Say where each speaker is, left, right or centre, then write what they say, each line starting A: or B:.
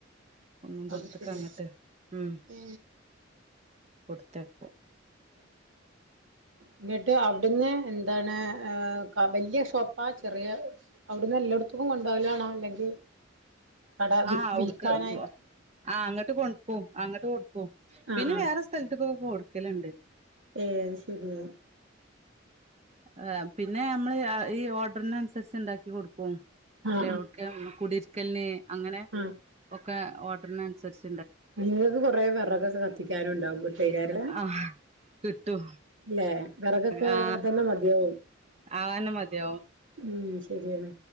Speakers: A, on the right; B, on the right.
A: കുന്നുമ്പുറത്തക്ക്
B: അത് ശരി
A: അങ്ങട്ട് ഉം
B: ഏ
A: കൊടുത്തയക്കും
B: എന്നിട്ട് അവിടുന്ന് എന്താണ് ങ ക വലിയ ഷോപ്പാ ചെറിയ അവിടുന്ന് എല്ലടത്തും കൊണ്ടോവലാണോ അല്ലെങ്കിൽ കട
A: ആ
B: വിൽ
A: അവിടുക്ക്
B: വിൽക്കാനായിട്ട്
A: ആ അങ്ങട്ട് കൊടുക്കും അങ്ങട്ട് കൊടുക്കും
B: ആ
A: പിന്നെ
B: ആ
A: വേറെ സ്ഥലത്തക്കൊക്കെ കൊടുക്കലുണ്ട്.
B: ഏ ശരി
A: ആ പിന്നെ നമ്മള് ആ ഈ ഓർഡറിനനുസരിച്ച് ഉണ്ടാക്കി കൊടുക്കും.
B: ആ ആ
A: എവിടക്ക് കുടരിക്കലിന് അങ്ങനെ
B: ആ
A: ഒക്കെ ഓഡറിന് അനുസരിച്ച്
B: നിങ്ങക്ക് കൊറെ വിറകൊക്കെ കത്തിക്കാനുണ്ടാവും <unintelligible>
A: ആ കിട്ടും.
B: ഇല്ലേ? വിറകൊക്കെ
A: ആ
B: അതന്നെ മതിയാവും
A: ആന്നെ മതിയാവും
B: ഉം ശരിയാണ്.